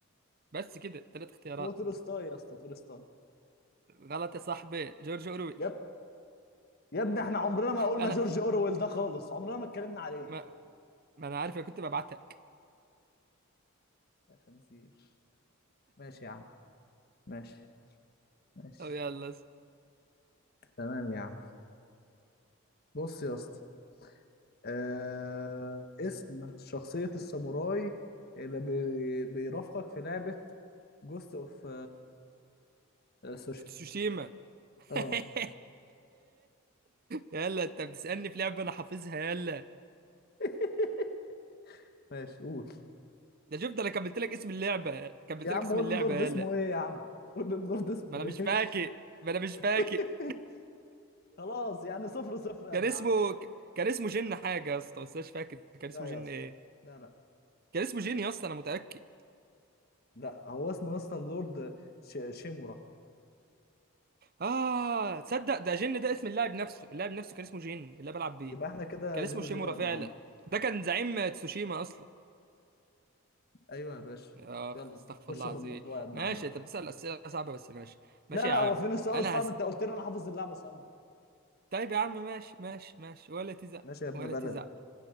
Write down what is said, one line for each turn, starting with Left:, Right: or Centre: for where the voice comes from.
Right: بس كده تلات اختيارات
Left: هو تولستوي يا اسطى تولستوي
Right: غلط يا صاحبي جورج اورويل
Left: يا اب- يا ابني احنا عمرنا ما قلنا
Right: انا
Left: جورج اورويل ده خالص عمرنا ما اتكلمنا عليه
Right: ما, ما انا عارف انا كنت ببعتك
Left: يا خنزير ماشي يا عم ماشي ماشي
Right: طب يلا
Left: تمام يا عم بص يا اسطى آه اسم شخصية الساموراي اللي بي بيرافقك في لعبة جوست اوف سوشيال
Right: فتسوشيما <laughs>
Left: اه
Right: يلا انت بتسألني في لعبة انا حافظها يلا
Left: <laughs> ماشي قول
Right: ده شفت انا كملت لك اسم اللعبة كملت
Left: يا عم
Right: لك اسم
Left: قول
Right: اللعبة
Left: اللورد
Right: يلا
Left: اسمه ايه يا عم قول اللورد اسمه
Right: ما انا
Left: ايه
Right: مش فاكر ما انا مش
Left: <laughs>
Right: فاكر
Left: خلاص يعني صفر صفر يا
Right: كان
Left: ابن
Right: اسمه
Left: عم
Right: كان اسمه جن حاجة يا اسطى بس انا مش فاكر كان اسمه
Left: لا يا
Right: جن
Left: اسطى
Right: ايه
Left: لا لا
Right: كان اسمه جن يا اسطى انا متأكد
Left: لا هو اسمه يا اسطى اللورد ش... شيمورا
Right: اه تصدق ده جن ده اسم اللاعب نفسه اللاعب نفسه كان اسمه جن اللي أنا بلعب بيه
Left: يبقى احنا كده
Right: كان اسمه
Left: زيرو
Right: شيمورا
Left: زيرو يا ابن
Right: فعلا
Left: عم
Right: ده كان زعيم تسوشيما اصلا
Left: ايوه يا باشا
Right: اخ
Left: يلا
Right: استغفر
Left: خش
Right: الله العظيم
Left: في الموضوع يا ابن
Right: ماشي
Left: عمي
Right: انت بتسأل اسئلة صعبة بس ماشي
Left: لا
Right: ماشي
Left: لا
Right: يا عم
Left: هو فين السؤال
Right: انا
Left: الصعب
Right: هسألك
Left: انت قلت لي انا حافظ اللعبه صم
Right: طيب يا عم ماشي ماشي ماشي ولا تزعل
Left: ماشي يا ابن
Right: ولا
Left: بلدي
Right: تزعل